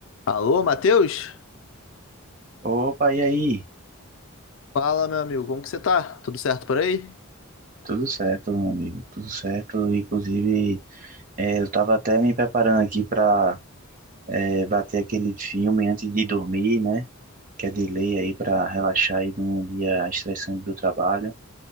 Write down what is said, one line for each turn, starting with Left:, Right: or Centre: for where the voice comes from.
Left: Alô, Matheus?
Right: Opa, e aí?
Left: Fala, meu amigo, como que você tá? Tudo certo por aí?
Right: Tudo certo, meu amigo, tudo certo. Inclusive, eh, eu estava até me preparando aqui para bater aquele filme antes de dormir, né? Que é de lei aí para relaxar aí de um dia estressante do trabalho.